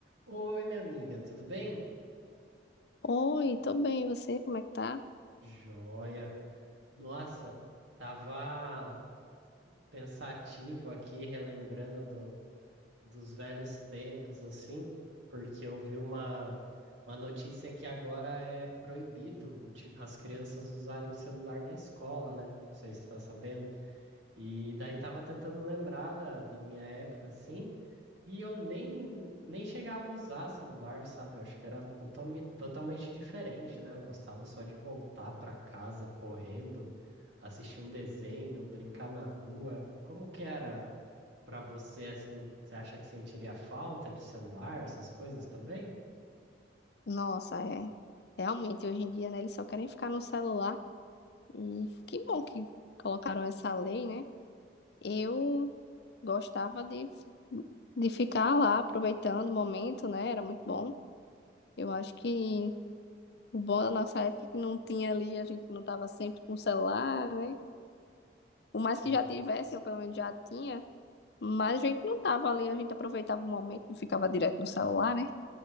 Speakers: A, on the right; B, on the left.
A: Oi, minha amiga, tudo bem?
B: Oi, tô bem, e você, como é que tá?
A: Joia. Nossa, tava pensativo aqui, relembrando do- dos velhos tempos, assim, porque eu vi uma, uma notícia que agora é proibido uti- as crianças usarem celular na escola, né? Não sei se você tá sabendo. E daí tava tentando lembrar da, da minha época, assim, E eu nem, nem chegava a usar celular, sabe? Eu acho que era totalme, totalmente diferente, né? Eu gostava só de voltar para casa correndo, assistir um desenho, brincar na rua. Como que era para você, assim? Você acha que sentiria falta de celular, essas coisas também?
B: Nossa, é. Realmente, hoje em dia, né, eles só querem ficar no celular. E que bom que colocaram essa lei, né? Eu gostava de, de ficar lá aproveitando o momento, né? Era muito bom. Eu acho que o bom da nossa época é que não tinha ali, a gente não tava sempre com o celular, né? O mais
A: Sim.
B: que já tivesse, eu pelo menos já tinha. Mas a gente não tava ali, a gente aproveitava o momento, não ficava direto no celular, né?